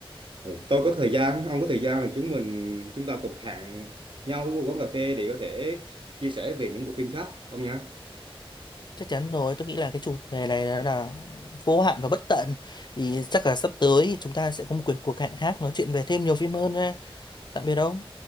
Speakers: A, on the right (about 55°); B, on the left (about 50°).
A: ừ, tôi có thời gian ông có thời gian thì chúng mình chúng ta cùng hẹn nhau ở một quán cà phê để có thể chia sẻ về những bộ phim khác ông nhé
B: Chắc chắn rồi, tôi nghĩ là cái chủ đề này là, là vô hạn và bất tận. Thì chắc là sắp tới chúng ta sẽ có một cuộc cuộc hẹn khác nói chuyện về thêm nhiều phim hơn nha. Tạm biệt ông.